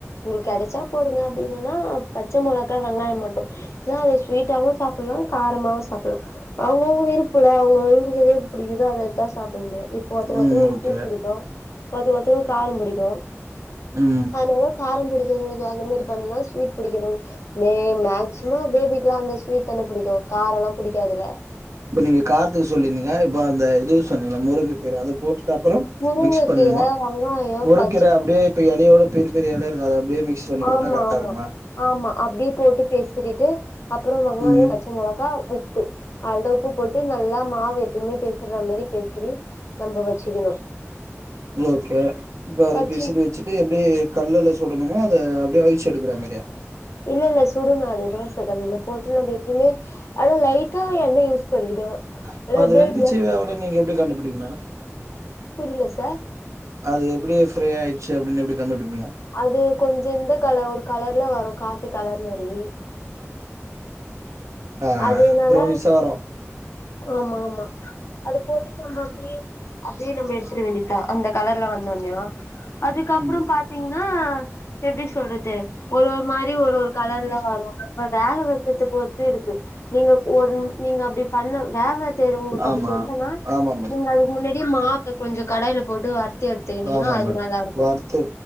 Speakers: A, on the left; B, on the right.
A: உங்களுக்கு கெடச்சா போடுங்க அப்டி இல்லன்னா பச்ச மொளகா வெங்காயோ மட்டும் ஏ அத ஸ்வீட்டாவு சாப்ட்லா காரமாவு சாப்ட்லா அவங்க அவங்க விருப் அவங்க அவங்க எது பிடிக்குதோ அததா சாப்பிட முடியும் இப்ப ஒருத்த ஒருத்தருக்கு
B: ம் ஓகே
A: ஸ்வீட் புடிக்கும் ஒருத்த ஒருத்தவங்களுக்கு காரோ புடிக்கும்
B: ம்
A: அதனால காரம் புடிக்கிறவங்களுக்கு அந்த மாரி பண்லா ஸ்வீட் பிடிக்கிறவங்க மே மேக்ஸிமம் பேபிகுல்லா அந்த ஸ்வீட் ஸ்வீட் தன புடிக்கும் காரோலா பிடிக்காதுல்ல
B: இப்ப நீங்க காரத்துக்கு சொல்லிருந்தீங்க இப்ப அந்த இதுவு சொன்னீங்களா முருங்கு அதை போட்டுட்டு அப்பறோமிக்ஸ்
A: முருங்கக்கீர
B: பண்ணுமா
A: வெங்காயம்
B: உறுக்கிற
A: பச்ச
B: அப்டியே இப்ப இலையோடதூக்கி பெரியலை இருக்காது அப்டியே மிக்ஸ் பண்ணி போட்டா
A: ஆமா
B: கரெக்டா
A: ஆமா
B: இருக்குமா
A: ஆமா அப்டியே போட்டு பேசறிட்டு அப்றம் வெங்காயோம்
B: ம்
A: பச்சை மெளகா உப்பு அதோட உப்பு போட்டு நல்லா மாவு எப்பவுமே பேசுற மாதிரி பேசுறி நம்ம வச்சுக்கணும்
B: இது ஓகே இப்ப‌ அது
A: வச்சு
B: பேசுறு வச்சிட்டு எப்டி கல்லல சுடணம அத அப்டியே அழிச்சு எடுக்கற மாரியா
A: இல்ல இல்ல சுடுணும் அது தோச கல்ல போட்டு நம்ம எப்பயுமே ஆனா லைட் டா என்ன யூஸ் பண்ணிக்றோ
B: இப்ப
A: நல்லா
B: அது
A: அப்டியே
B: <unintelligible> நீங்க எப்டி கண்டுபடிங்க மேடம்
A: புரில சார்
B: அது எப்டி ஃப்ரே ஆயிச்சு அப்டின்னு எப்பனடி கண்டுபடிப்பீங்க
A: அது கொஞ்சோ இந்த கலர் ஒரு கலர்ல வரும் காபி கலர் மாரி
B: ஆ
A: அதேனால
B: ப்ரௌனிஸா வரு
A: ஆமா ஆமா அது போட்டுட்டு நம்ம அப்டியே அப்டியே நம்ம எடுத்துட வேண்டிதா அந்த கலர்ல வந்தோனோ அதுக்கப்புறம்
B: ம்
A: பாத்தீங்கன்னா எப்டி சொல்றது ஒரு ஒரு மாரி ஒரு ஒரு கலர்ல வரும் நம்ம வேக வக்கத்தை பொறுத்து இருக்கு நீங்க ஒரு நீங்க அப்டி பண்ண வேக வச்சது உங்களுக்கு அப்டி
B: ஆமா
A: தெரிலனா
B: ஆமா மேடம்
A: நீங்க அது முன்னாடியே மாவ கொஞ்சோ கடாய்ல போட்டு வறுத்து எடுத்துக்கிட்டீங்கன்னா
B: ஆமா
A: அது
B: மேடம்
A: நல்லா இருக்கூ
B: வறுத்து